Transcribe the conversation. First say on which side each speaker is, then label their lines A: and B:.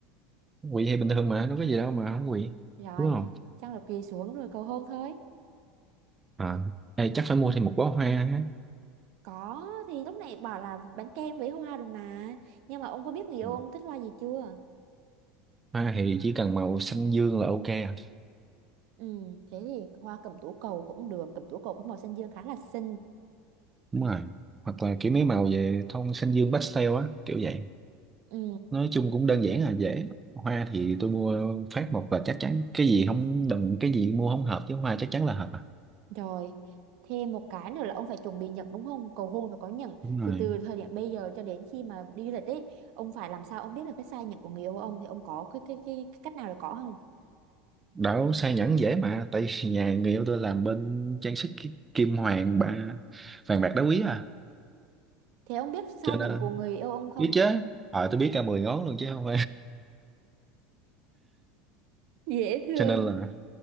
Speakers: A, on the right; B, on the right.
A: quỵ thì bình thường mà đâu có gì đâu mà không quỵ
B: rồi
A: đúng không
B: chắc là quỳ xuống rồi cầu hôn thôi
A: à đây chắc phải mua thêm một bó hoa á
B: có thì lúc này bảo là bánh kem với hoa rồi mà nhưng mà ông có biết người yêu
A: Ừ.
B: ông thích hoa gì chưa
A: hoa thì chỉ cần màu xanh dương là ok à
B: ừ thế thì hoa cẩm tú cầu cũng được cẩm tú cầu có màu xanh dương khá là xinh
A: đúng rồi hoặc là kiểu mấy màu về tông xanh dương pastel á kiểu vậy
B: ừ
A: nói chung cũng đơn giản à dễ hoa thì tôi mua phát một là chắc chắn cái gì không đừng cái gì mua không hợp chứ hoa chắc chắn là hợp à
B: Rồi, thêm một cái nữa là ông phải chuẩn bị nhẫn đúng không? Cầu hôn phải có nhẫn.
A: đúng rồi
B: Thì từ thời điểm bây giờ cho đến khi mà đi du lịch ấy, ông phải làm sao ông biết được cái size nhẫn của người yêu ông thì ông có cái cái cái, cái cách nào để có không?
A: đảo sai nhẫn dễ mà tại vì nhà người yêu tôi làm bên trang sức ki- kim hoàng ba vàng bạc đá quý à
B: Thế ông biết size
A: cho nên
B: nhẫn của người yêu ông không?
A: biết chứ ờ tôi biết cả 10 ngón luôn chứ không
B: dễ thương
A: cho nên là